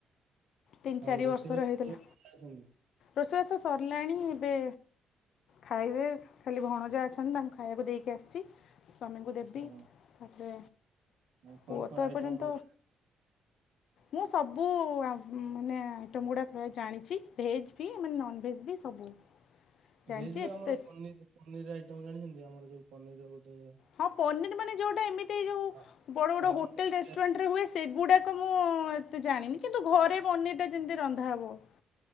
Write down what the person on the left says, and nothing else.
ତିନି
ଚାରି
ବର୍ଷର ହେଇଥିଲା
ରୋଷେଇବାସ ସରିଲାଣି ଏବେ ଖାଇବେ ଖାଲି ଭଣଜା ଅଛନ୍ତି ତାଙ୍କୁ ଖାଇବାକୁ ଦେଇକି ଆସିଛି ସ୍ୱାମୀଙ୍କୁ ଦେବି
ତାପରେ
ପୁଅ
ତ
ଏପର୍ଯ୍ୟନ୍ତ
ମୁଁ ସବୁ ମାନେ ଆଇଟମ୍ ଗୁଡ଼ା ପ୍ରାୟ ଜାଣିଛି ଭେଜ୍ ବି ମାନେ ନନଭେଜ୍ ବି ସବୁ ଜାଣିଛି
ଏତେ
ହଁ ପନିର ମାନେ ଯୋଉଟା ଏମିତି ଯୋଉ
ବଡ ବଡ
ହୋଟେଲ
ରେଷ୍ଟୁରାଣ୍ଟ
ହୁଏ ସେଗୁଡାକ ମୁଁ ଏତେ ଜାଣିନି କିନ୍ତୁ ଘରେ ବନେଇତେ ଯେମିତି ରନ୍ଧା ହବ <unintelligible>